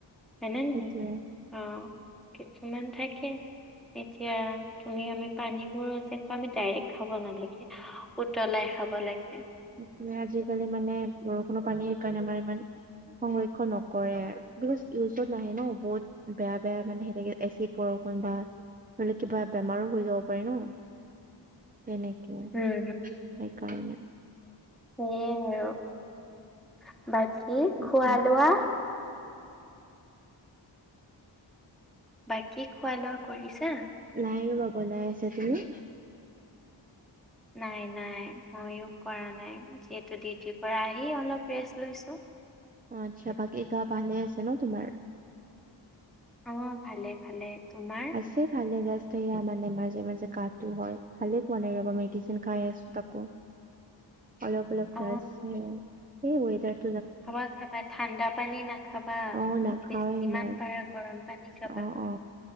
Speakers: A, in the centre; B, on the right (about 20°).
A: হয়নে নে
B: সেইটোয়ে
A: নহয় অহ কিছুমান থাকে এতিয়া তুমি আমি পানীবোৰ যে খোৱা, আমি ডাইৰেক্ট খাব নালাগে। উতলাই খাব লাগে।
B: মানে আজিকালি মানে বৰষুণ পানীৰ কাৰণে আমাৰ ইমান সংৰক্ষন নকৰে বিকজ ইউজত নাহে ন বহুত বেয়া বেয়া মানে সেনেকে এচিড বৰষুণ বা ধৰি লওক কিবা বেমাৰো হৈ যাব পাৰে ন তেনেকে
A: উম,
B: সেইকাৰণে
A: সেইয়ে আৰু বাকী
B: সেইটোৱে।
A: খোৱা লোৱা বাকী খোৱা লোৱা কৰিছা
B: নাই ৰ'বা বনাই আছে তুমি
A: নাই নাই ময়ো কৰা নাই যিহেতু ডিউটিৰ পৰা আহি অলপ ৰেষ্ট লৈছো
B: অ আচ্ছা বাকী গা ভালে আছে ন তোমাৰ
A: অ' ভালে ভালে তোমাৰ?
B: সে ভালে জাষ্ট সেয়া মানে মাজে মাজে কাহতো হয় ভালে পোৱা নাই ৰবা মেডিচিন খাই আছো তাকো। অলপ অলপ
A: অ
B: ৰাছে এই ৱইদাৰ টো।
A: খাবা খাবা ঠাণ্ডা পানী নাখাবা
B: অ নাখাওৱে
A: বেছি যিমান
B: ইমান
A: পাৰা গৰম পানী খাবা
B: অ অ